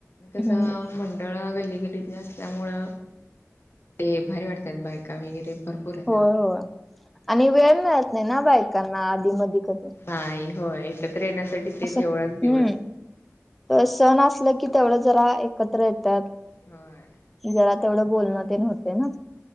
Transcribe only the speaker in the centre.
हम्म
होय होय आणि वेळ मिळत नाही ना बायकांना आधी मधी कधी.
असं
हम्म तर सण असलं की तेवढं जरा एक एकत्र येतात
जरा तेवढं बोलणं ते होतंय ना